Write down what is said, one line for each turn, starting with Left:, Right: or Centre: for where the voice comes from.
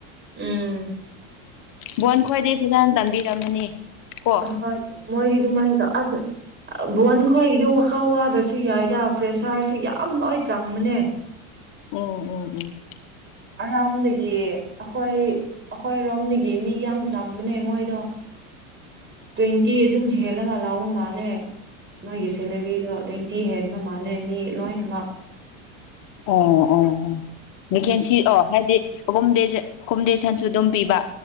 Right: ꯎꯝ
Left: ꯕꯣꯟ ꯈ꯭ꯋꯥꯏꯗꯒꯤꯩ ꯐꯖꯅ ꯇꯝꯕꯤꯔꯝꯃꯅꯤ ꯀꯣ
Right: ꯍ‌ꯣ ꯃꯣꯏꯔꯤꯗꯨꯃꯥꯏꯇ ꯑꯁ ꯕꯣꯟ ꯈ꯭ꯋꯥꯒꯤꯗꯨ ꯋꯥꯈꯥ ꯋꯥꯗ꯭ꯔꯁꯨ ꯌꯥꯏꯗ ꯐ꯭ꯔꯦꯁꯥꯔꯁꯨ ꯌꯥꯝ ꯂꯣꯏ ꯆꯪꯕꯅꯦ
Left: ꯎꯝ ꯎꯝ ꯎꯝ
Right: ꯑꯔꯥꯝꯗꯒꯤ ꯑꯩꯈꯣꯏ ꯑꯩꯈꯣꯏꯔꯣꯝꯗꯒꯤ ꯃꯤ ꯌꯥꯝ ꯆꯪꯕꯅꯦ ꯃꯣꯏꯗꯣ ꯇ꯭ꯋꯦꯟꯇꯤ ꯑꯗꯨꯝ ꯍꯦꯜꯂ ꯂꯥꯎꯕ ꯃꯥꯜꯂꯦ ꯃꯣꯏꯒꯤ ꯁꯦꯂꯔꯤꯗꯣ ꯇ꯭ꯋꯦꯟꯇꯤ ꯍꯦꯟꯕ ꯃꯥꯜꯂꯦ ꯃꯤ ꯂꯣꯏꯅꯃꯛ
Left: ꯑꯣ ꯑꯣ ꯚꯦꯀꯦꯟꯁꯤ ꯑꯣ ꯍꯥꯏꯗꯤ ꯍꯨꯝꯗꯦ ꯍꯨꯝꯗꯦ ꯁꯟꯁꯨ ꯑꯗꯨꯝ ꯄꯤꯕ